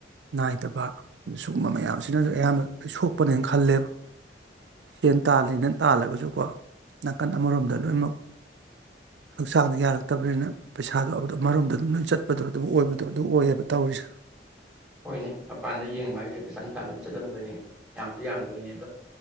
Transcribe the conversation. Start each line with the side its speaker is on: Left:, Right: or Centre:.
Right: ꯅꯥꯏꯗꯕ ꯁꯒꯨꯝꯕ ꯃꯌꯥꯝꯁꯤꯅꯁꯨ ꯑꯌꯥꯝꯕ ꯁꯣꯛꯄꯅꯦꯅ ꯈꯜꯂꯦꯕ ꯁꯦꯟ ꯇꯥꯜꯂꯤꯅ ꯇꯥꯜꯂꯒꯁꯨꯀꯣ ꯅꯥꯀꯟ ꯑꯃꯔꯣꯝꯗ ꯂꯣꯏꯅꯃꯛ ꯍꯛꯆꯥꯡꯗ ꯌꯥꯔꯛꯇꯕꯅꯤꯅ ꯄꯩꯁꯥꯗꯣ ꯑꯃꯔꯣꯝꯗ ꯑꯗꯨꯝ ꯂꯣꯏ ꯆꯠꯄꯗꯣ ꯑꯗꯨ ꯑꯣꯏꯕꯗꯣ ꯑꯗꯨ ꯑꯣꯏꯌꯦꯕ ꯇꯧꯔꯤꯁꯦ
Centre: <unintelligible> ꯍꯣꯏꯅꯦ ꯃꯄꯥꯟꯗ ꯌꯦꯡꯕ ꯍꯥꯏꯁꯦ ꯄꯩꯁꯥ ꯅꯨꯡꯁꯥ ꯑꯗꯨꯝ ꯆꯠꯂꯝꯗꯣꯏꯅꯦ ꯌꯥꯝꯁꯨ ꯌꯥꯝꯗꯣꯏꯅꯦ ꯑꯗꯣ